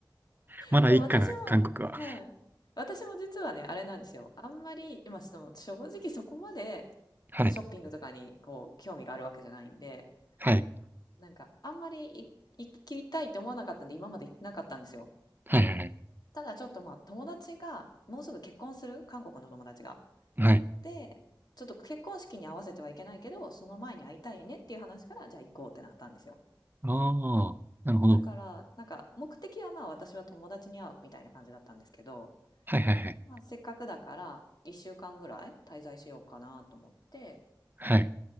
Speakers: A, on the right (about 25°); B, on the left (about 55°).
A: まだいいかな、
B: そう、私も、
A: 韓国は。
B: はい。私も実はね、あれなんですよ。あんまり、今、その、正直そこまで
A: はい。
B: ショッピングとかに、こう、興味があるわけじゃないんで、
A: はい。
B: なんか、あんまりい行きたいと思わなかったんで、今まで行ってなかったんですよ。
A: はいはいはい。
B: ただちょっとまあ、友達が、もうすぐ結婚する、韓国の友達が。
A: はい。
B: で、ちょっと結婚式に合わせてはいけないけど、その前に会いたいねっていう話から、じゃあ行こうってなったんですよ。
A: ああ、なるほど。
B: だから、なんか目的はまあ私は友達に会うみたいな感じだったんですけど、
A: はいはいはい。
B: まあ、せっかくだから1週間ぐらい滞在しようかなと思って、
A: はい。